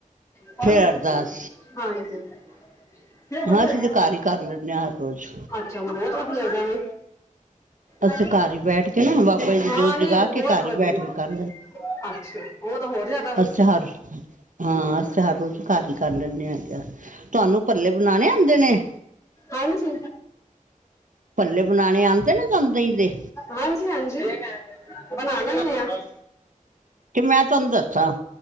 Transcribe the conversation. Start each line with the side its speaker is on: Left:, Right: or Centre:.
Left: ਪੰਜ
Right: ਫੇਰ ਅਰਦਾਸ,
Left: ਹਾਂਜੀ! ਛੇ ਬੰਦੇ
Right: ਹਾਂ ਅਸੀਂ
Left: ਹੈਗੇ ਆ।
Right: ਤਾਂ ਕਰ ਲੈਨੇ ਹਾਂ ਹਰ ਰੋਜ਼।
Left: ਅੱਛਾ ਬਹੁਤ ਵਾਰ ਮਿਲ ਜਾਣਾ
Right: ਅਸੀਂ
Left: ਹਾਂਜੀ
Right: ਘਰ ਹੀ ਬੈਠ ਕੇ ਨਾ ਬਾਬਾ ਜੀ ਦੀ
Left: ਹਾਂ
Right: ਜੋਤ
Left: ਨੀ
Right: ਜਗਾ
Left: ਬਹੁਤ
Right: ਕੇ ਘਰ
Left: ਵਧੀਆ
Right: ਹੀ ਬੈਠ
Left: ਬਹੁਤ
Right: ਕੇ ਕਰ
Left: ਵਧੀਆ ਅੱਛਾ ਉਹ ਤਾਂ ਹੋ ਚਲ
Right: ਅਸਾਂ ਹਰ ਹਾਂ, ਅਸਾਂ ਹਰ ਰੋਜ਼ ਘਰ ਹੀ ਕਰ ਲੈਂਨੇ ਆ ਤੁਹਾਨੂੰ ਭੱਲੇ ਬਨਾਣੇ ਆਂਦੇ ਨੇ?
Left: ਆਓ ਜੇ
Right: ਭੱਲੇ ਬਣਾਣੇ ਆਂਦੇ ਨੇ ਤੁਹਾਨੂੰ, ਦਹੀਂ ਦੇ?
Left: ਹਾਂਜੀ - ਹਾਂਜੀ, ਬਣਾ ਲੈਨੇਂ ਆ।
Right: ਕਿ ਮੈਂ ਤੁਹਾਨੂੰ ਦੱਸਾਂ